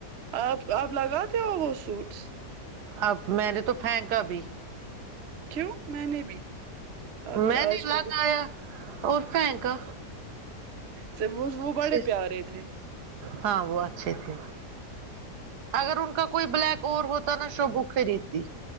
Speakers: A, on the right; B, on the right.
A: آپ آپ لگات ک آ سوٹس
B: اب میں نے تو پھینکا ابھی
A: کیوں میں نے بھی آپ
B: میں
A: آج
B: نہیں الگ
A: کل
B: آیا اور س کا
A: سوز وہ بڑے
B: سے۔
A: پیارے تھے
B: ہاں وہ اچھی تھی اگر ان کا کوئی بلیک اور ہوتا نا شبو خریدتی